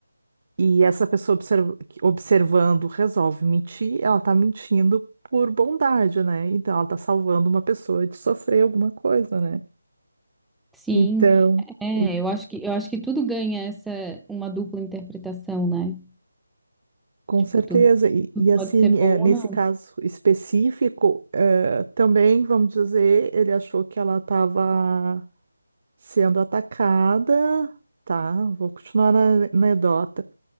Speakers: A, on the right; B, in the centre.
A: E essa pessoa observ- que- observando resolve mentir, ela tá mentindo por bondade, né? Então ela tá salvando uma pessoa de sofrer alguma coisa, né?
B: Sim,
A: Então,
B: é,
A: hum,
B: eu acho que, eu acho que tudo ganha essa, uma dupla interpretação, né?
A: com
B: Tipo,
A: certeza.
B: tudo, <laughs>
A: E,
B: tudo
A: e assim,
B: pode ser
A: é,
B: bom
A: nesse
B: ou não.
A: caso específico, é, também, vamos dizer, ele achou que ela estava sendo atacada, tá? Vou continuar na anedota.